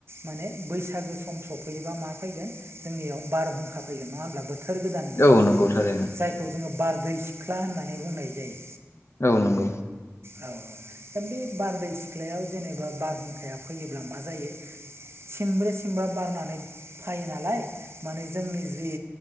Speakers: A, on the right; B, on the left.
A: माने बैसागो सम सफैयोबा मा फैगोन जोंनियाव बारहुंखा फैगोन नङा होनोमब्ला बै बोथोर गोदान दि
B: औ नंगौ थारैनो
A: जायखौ जोङो बारदै सिख्ला होननानै बुंनाय जायो।
B: औ नोंगौ।
A: औ औ दा बे बारदै सिख्लायाव जेनेबा बारहुंखाया फैयोब्ला मा जायो सिमब्रे सिमब्रा बारनानै फायो नालाय। माने जोंनि जि